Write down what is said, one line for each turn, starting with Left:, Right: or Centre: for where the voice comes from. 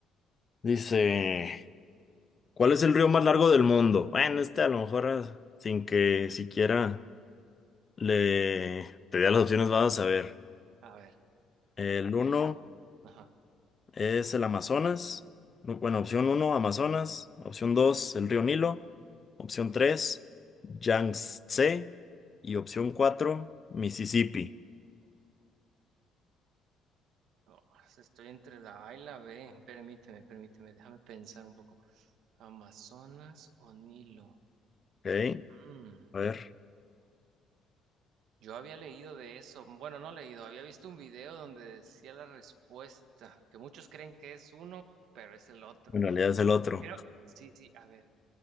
Left: Dice. ¿Cuál es el río más largo del mundo? Bueno, este a lo mejor ah, sin que siquiera le te dé las opciones vas a saber.
Right: A ver,
Left: El
Right: creo que
Left: uno
Right: ya me la tengo. Ajá.
Left: es el Amazonas. No, Bueno, opción uno Amazonas. Opción 2 el río Nilo. Opción 3 Yangtze. Y opción 4 Mississippi.
Right: No, pues, estoy entre la A y la B. Permíteme, permíteme, déjame pensar un poco. ¿Amazonas o Nilo?
Left: Ok,
Right: Mm,
Left: a ver,
Right: Yo había leído de eso. Bueno, no leído, había visto un video donde decía la respuesta, que muchos creen que es uno, pero es el otro.
Left: en realidad es el otro.
Right: Pero, sí, sí, a ver,